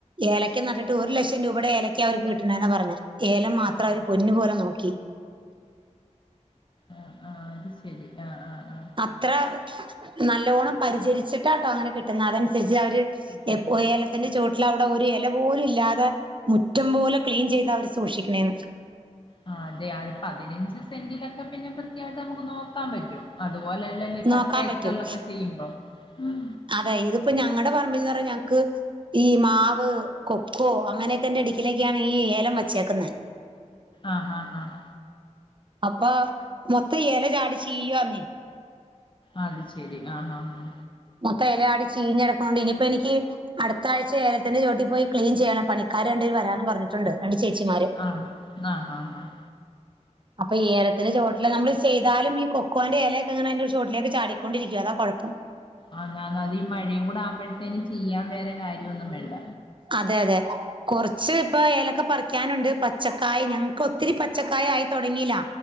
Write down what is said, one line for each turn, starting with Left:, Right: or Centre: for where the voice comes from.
Right: ഏലക്ക നട്ടിട്ട് ഒരു ലക്ഷം രൂപയുടെ ഏലക്ക അവർക്ക് കിട്ട്ണ്ടെന്നാ പറഞ്ഞെ. ഏലം മാത്രം
Left: ഓ
Right: അവര് പൊന്നു പോലെ നോക്കി.
Left: ആ ആ അത് ശരി ആ ആ ആ
Right: അത്ര നല്ലോണം പരിചരിച്ചിട്ടാട്ടോ അങ്ങനെ കിട്ടുന്നെ. അതൻസര്ച്ച് അവര്
Left: കിട്ടന്നെ
Right: എപ്പോയേല ക്കന്റെ ചോട്ടിലവിടെ ഒരു എല പോലു ഇല്ലാതെ മുറ്റം പോലെ ക്ലീൻ ചെയ്താവര് സൂക്ഷിക്കണേന്ന്.
Left: ആഹ് അതെ അത് പതിനഞ്ച് സെന്റിലൊക്കെ പിന്നെ വൃത്ത്യായിട്ട് നമ്മക്ക് നോക്കാൻ പറ്റും. അതുപോലല്ലല്ലോ ഈ
Right: നോക്കാൻ
Left: പത്തേക്കർലൊക്കെ
Right: പറ്റും
Left: ചെയ്യുമ്പോ. ഉം
Right: അതെ ഇത് പ്പൊ ഞങ്ങടെ പറമ്പിൽ ന്നറ ഞങ്ങ്ക്ക് ഈ മാവ്, കൊക്കോ അങ്ങനെയൊക്കെൻ്റെടുക്കിലേക്കാണ് ഈ ഏലം വച്ചേക്കുന്നേ.
Left: ആഹ് ആഹ് ആഹ്
Right: അപ്പൊ മൊത്ത ഈ എല ചാടി ചീയ്യ്വാന്നെ.
Left: അത് ശെരി ആഹ് ആഹ് ആഹ്
Right: മൊത്ത എലയാടി ച്ചീഞ്ഞടുക്കണോണ്ടിനിയിപ്പെ നിക്ക് അടുത്താഴ്ച ഏലത്തിന്റെ ചോട്ടി പോയി ക്ലീൻ ചെയ്യണം. പണിക്കാര് രണ്ടേര് വരാന്ന് പറഞ്ഞിട്ടുണ്ട് രണ്ട് ചേച്ചിമാര്.
Left: ആഹ് ആഹ് ആഹ് ആഹ്
Right: അപ്പ ഈ ഏലത്തിന്റെ ചോട്ടില് നമ്മള് ചെയ്താലും ഈ കൊക്കോന്റെ എലയൊക്കങ്ങനയിന്റെ ചോട്ടിലേക്ക് ചാടിക്കൊണ്ടിരിക്കും. അതാ കൊഴപ്പം.
Left: ആന്ന നാത് ഈ മഴയും കൂടെ ആവുമ്പഴ്ത്തേന് ചിയ്യാം വേറെ കാര്യൊന്നും വേണ്ട.
Right: അതെ അതെ കൊർച്ച് പ്പൊ ഏലക്ക പറിക്കാനുണ്ട് പച്ചക്കായി ഞങ്ങക്കൊത്തിരി പച്ചക്കായായി തൊടങ്ങീല.